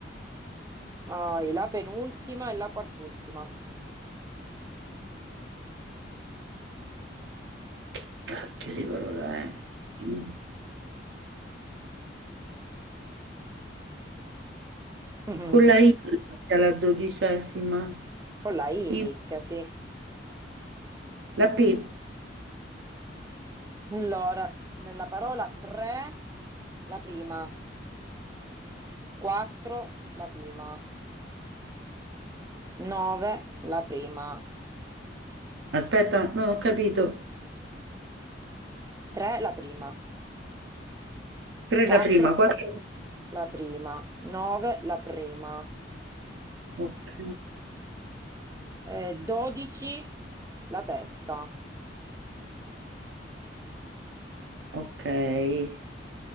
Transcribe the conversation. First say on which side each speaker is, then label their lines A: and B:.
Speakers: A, on the right; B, on the right.
A: hai la penultima e la quartultima.
B: Che cacchio di parola è? Mm.
A: Mm.
B: Con la I inizia la dodicesima.
A: Con la I
B: I-
A: inizia, sì.
B: la P.
A: Allora, nella parola 3, la prima, 4, la prima, 9, la prima,
B: Aspetta, non ho capito.
A: 3, la prima,
B: 3
A: 4,
B: la prima, 4.
A: la prima, 9, la prima,
B: Ok,
A: eh, 12, la terza.
B: ok.